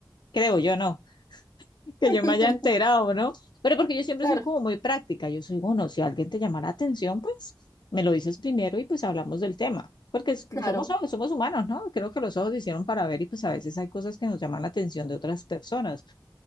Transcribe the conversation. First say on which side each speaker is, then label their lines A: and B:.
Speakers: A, on the left (about 75°); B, on the left (about 45°).
A: creo yo, ¿no? que
B: <laughs>
A: yo me haya enterado, ¿no? Pero porque yo siempre
B: Claro,
A: soy como muy práctica, yo soy, bueno, si alguien te llama la atención, pues me lo dices primero y pues hablamos del tema, porque es-
B: claro.
A: somos, somos humanos, ¿no? Creo que los ojos se hicieron para ver y pues a veces hay cosas que nos llaman la atención de otras personas.